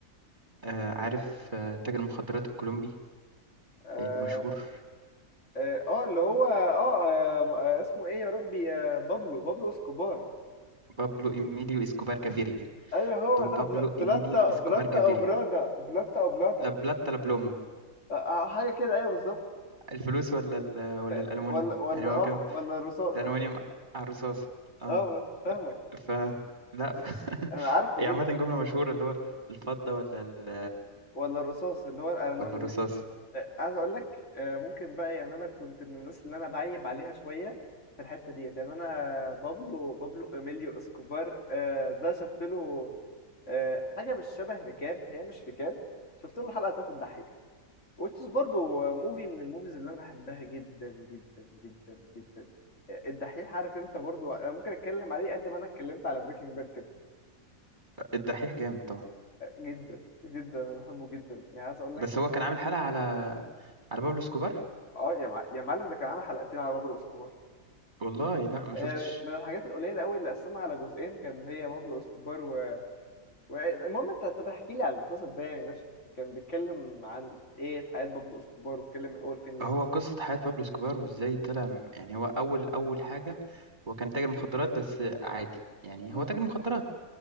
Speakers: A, on the right (about 30°); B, on the left (about 55°).
A: آه، عارف آه، تاجر المخدرات الكولومبي
B: اه
A: المشهور
B: اه آه، اللي هو اه آه، م- آه، اسمه ايه يا ربي آه بابلو بابلو اسكوبار
A: بابلو إيميليو إسكوبار كافيريا
B: ايوه هو
A: دون
B: ده
A: بابلو
B: بل- بلاتا
A: إيميليو إسكوبار
B: بلاتا
A: جافيريا
B: او برادا بلاتا او بلاتا
A: لا بلاتا لا بلومو
B: آه، آه، حاجه كده ايوه بالظبط
A: الفلوس ولا ال ولا
B: آه،
A: الألمونيوم
B: آه، ولا ولا
A: يعني هو
B: اه
A: كان
B: ولا الرصاص
A: الألمونيوم
B: اه
A: على الرصاص اه
B: آه، فاهمك
A: ف لا ف...
B: انا
A: <laughs>
B: انا عارفه
A: هي
B: جدا
A: عامة جملة
B: طبعا
A: مشهورة اللي هو الفضة ولا ال...
B: ولا الرصاص اللي هو الالماني
A: ولا الرصاص
B: آه، عايز اقول لك آه، ممكن بقى يعني انا كنت من الناس اللي انا بعيب عليها شويه في الحته ديت يعني انا بابلو بابلو اميليو اسكوبار آه، ده شفت له آه، حاجه مش شبه ركاب هي مش ركاب شفت له حلقه بتاعت الدحيح وتشز برضو موفي من الموفيز اللي انا بحبها جدا جدا جدا جدا آه، الدحيح عارف انت برضو انا ممكن اتكلم عليه قد ما انا اتكلمت على بريكنج باد كده
A: الدحيح جامد طبعا
B: آه، جدا جدا انا بحبه جدا يعني عايز اقول لك
A: بس هو كان عامل حلقة على على بابلو اسكوبار
B: اه يا مع... يا معلم ده كان عامل حلقتين على بابلو اسكوبار
A: والله لا ما
B: يعني
A: شفتش
B: من الحاجات القليله قوي اللي قسمها على جزئين كان هي بابلو اسكوبار و... و... المهم انت طب احكي لي على المسلسل ده يعني نفسه كان بيتكلم عن ايه في حياه بابلو اسكوبار واتكلم من اول فين
A: هو
B: لفين
A: قصة حياة بابلو اسكوبار وازاي طلع م- يعني هو أول أول حاجة هو كان تاجر مخدرات بس عادي يعني
B: مم.
A: هو تاجر مخدرات